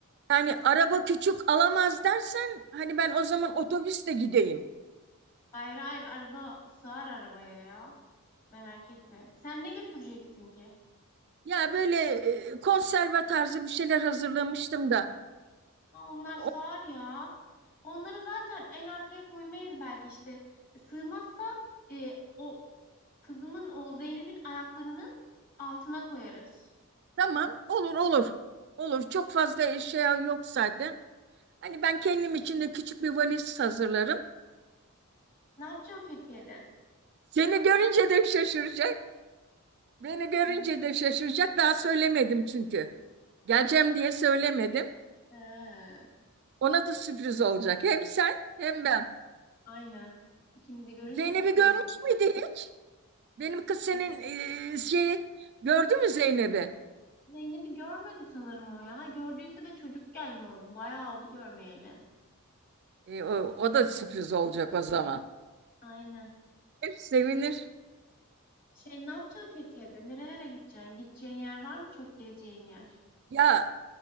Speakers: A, on the right; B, on the left.
A: Yani araba küçük alamaz dersen hani ben o zaman otobüsle gideyim.
B: Hayır hayır araba sığar arabaya ya. Merak etme. Sen ne götüreceksin ki?
A: Ya böyle e, konserve tarzı bir şeyler hazırlamıştım da.
B: Ha, onlar
A: O-
B: sığar ya. Onları zaten en arkaya koymayız belki işte. Sığmazsa e, o kızımın o Zeynep'in ayaklarının altına koyarız.
A: tamam olur olur. Olur çok fazla eşya yok zaten. Hani ben kendim için de küçük bir valiz hazırlarım.
B: Ne yapacağım Fethiye'de?
A: Seni görünce de şaşıracak. Beni görünce
B: Hmm.
A: de şaşıracak. Daha söylemedim çünkü. Geleceğim diye söylemedim.
B: He.
A: Ona da sürpriz olacak. Hem sen hem ben.
B: Aynen. İkimizi görünce
A: Zeynep'i
B: sürpriz
A: görmüş
B: olur.
A: müydü hiç? Benim kız senin
B: Ve
A: e, şeyi gördü mü Zeynep'i?
B: Zeynep'i görmedi sanırım o ya. Gördüyse de çocukken gördü. Bayağı oldu görmeyeli.
A: E, o, o da sürpriz olacak o zaman.
B: Aynen.
A: Sevinir.
B: Şey ne yapacaksın Fethiye'de? Nerelere gideceksin? Gideceğin yer var mı? Çok gezeceğin yer.
A: Ya